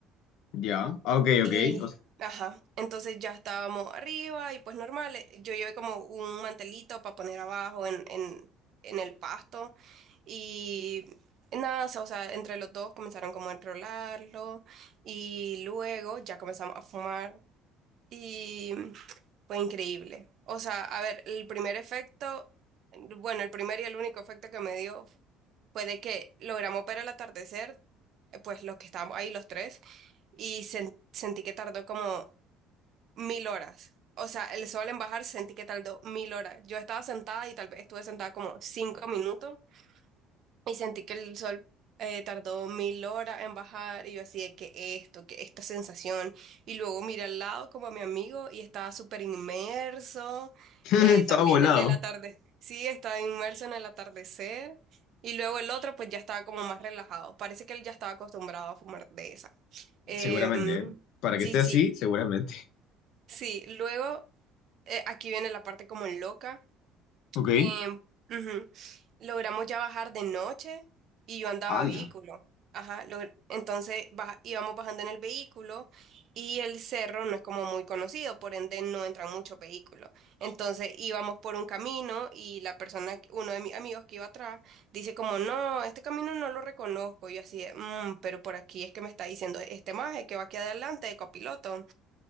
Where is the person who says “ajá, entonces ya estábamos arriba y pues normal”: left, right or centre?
Right